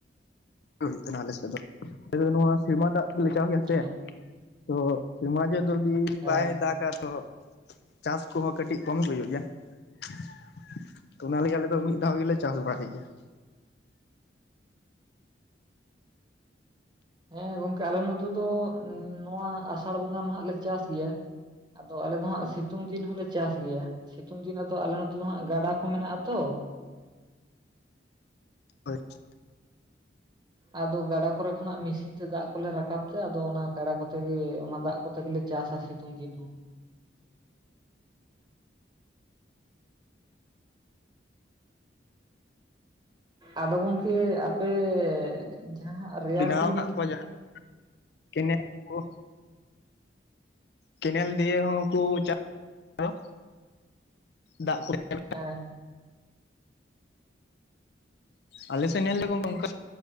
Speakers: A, on the left; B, on the right.
A: ᱦᱩᱭᱩᱜ ᱛᱟᱦᱮᱱᱟ ᱟᱞᱮ ᱥᱮᱫ ᱫᱚ ᱟᱞᱮ ᱱᱚᱣᱟ ᱥᱮᱨᱢᱟ ᱫᱟᱜ ᱛᱮᱞᱮ ᱪᱟᱥ ᱜᱮᱭᱟ ᱥᱮ
B: ᱦᱮᱸ
A: ᱾ ᱛᱚ ᱥᱮᱨᱢᱟ ᱡᱮ ᱡᱩᱫᱤ
B: ᱦᱮᱸ
A: ᱵᱟᱭ ᱫᱟᱜᱟ ᱛᱚ ᱪᱟᱥ ᱠᱚᱦᱚᱸ ᱠᱟᱴᱤᱡ ᱠᱚᱢ ᱜᱮ ᱦᱩᱭᱩᱜ ᱜᱮᱭᱟ ᱾ ᱛᱚ ᱚᱱᱟ ᱞᱟᱜᱤᱫ ᱟᱞᱮ ᱫᱚ ᱢᱤᱫ ᱫᱷᱟᱣ ᱜᱮᱞᱮ ᱪᱟᱥ ᱵᱟᱲᱟᱭ ᱜᱮᱭᱟ ᱾
B: ᱦᱮᱸ ᱜᱚᱝᱠᱮ ᱟᱞᱮ ᱱᱚᱛᱮ ᱫᱚ ᱱᱚᱣᱟ ᱟᱥᱟᱲ ᱵᱚᱸᱜᱟ ᱢᱟᱦᱟᱸᱜ ᱞᱮ ᱪᱟᱥ ᱜᱮᱭᱟ ᱾ ᱟᱫᱚ ᱟᱞᱮ ᱫᱚ ᱦᱟᱸᱜ ᱥᱤᱛᱩᱝ ᱫᱤᱱ ᱦᱚᱸᱞᱮ ᱪᱟᱥ ᱜᱮᱭᱟ ᱥᱤᱛᱩᱝ ᱫᱤᱱ ᱟᱫᱚ ᱟᱞᱮ ᱱᱚᱛᱮ ᱫᱚ ᱦᱟᱸᱜ ᱜᱟᱰᱟ ᱠᱚ ᱢᱮᱱᱟᱜᱼᱟ ᱛᱚ ᱾
A: ᱦᱳᱭ ᱾
B: ᱟᱫᱚ ᱜᱟᱰᱟ ᱠᱚᱨᱮ ᱠᱷᱚᱱᱟᱜ ᱢᱮᱥᱤᱱ ᱛᱮ ᱫᱟᱜ ᱠᱚᱞᱮ ᱨᱟᱠᱟᱵ ᱛᱮ ᱟᱫᱚ ᱚᱱᱟ ᱜᱟᱰᱟ ᱠᱚᱛᱮ ᱜᱮ ᱚᱱᱟ ᱫᱟᱜ ᱠᱚᱛᱮ ᱜᱮᱞᱮ ᱪᱟᱥᱟ ᱥᱤᱛᱩᱝ ᱫᱤᱱ ᱦᱚᱸ ᱾ ᱟᱫᱚ ᱜᱚᱝᱠᱮ ᱟᱯᱮ ᱡᱟᱦᱟᱸ ᱨᱮᱭᱟᱲ
A: ᱵᱮᱱᱟᱣ
B: ᱫᱤᱱ
A: ᱟᱠᱟᱫ ᱠᱚᱣᱟ ᱡᱟᱦᱟᱸ ᱠᱮᱱᱮᱞ ᱠᱚ ᱾ ᱠᱮᱱᱮᱞ ᱫᱤᱭᱮ ᱦᱚᱸᱠᱚ ᱪᱟᱥ <unintelligible> ᱫᱟᱜ ᱠᱚ <unintelligible>
B: ᱦᱮᱸ ᱦᱮᱸ ᱾
A: ᱟᱞᱮ ᱥᱮᱫ ᱧᱮᱞ ᱞᱮ ᱚᱱᱠᱟ